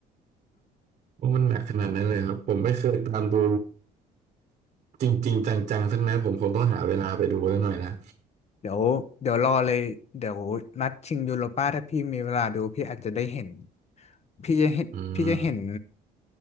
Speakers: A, on the right; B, on the left.
A: ว่ามันหนักขนาดนั้นเลยครับผมไม่เคยตามดูจริงๆจังๆสักนัดผมคงต้องหาเวลาไปดูแล้วหน่อยละ
B: เดี๋ยวเดี๋ยวรอเลยเดี๋ยวนัดชิงยูโรป้าถ้าพี่มีเวลาดูพี่อาจจะได้เห็นพี่จะเห็นพี่จะเห็น
A: อืม